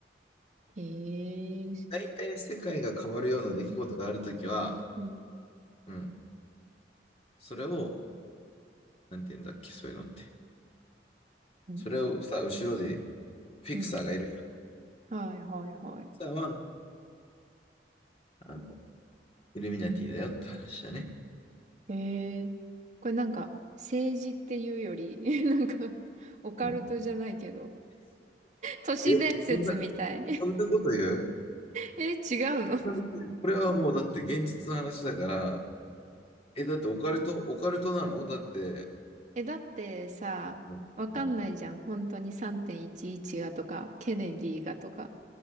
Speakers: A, on the right; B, on the left.
A: へえ
B: 大体世界が変わるような出来事があるときは、
A: うん
B: うん、それを、なんて言うんだっけ、そういうのって。
A: うん。
B: それをさ、後ろで、フィクサーがいるじゃん。
A: うん
B: フ
A: はいはいはい。
B: ィクサーは、あの、イルミナティだよって話だね。
A: へえ。これなんか、政治っていうより、<laughs> なんか、オカルトじゃないけど、
B: うん。
A: 都市伝説みたい。
B: え、そんな、そんなこと言う
A: <laughs> え、違うの
B: そんなこと言うこれはもうだって現実の話だから、え、だってオカルト、オカルトなのだって、
A: え、だってさ、
B: うん、
A: わかんないじゃん。
B: うん、
A: 本当に3.11がとか、ケネディがとか、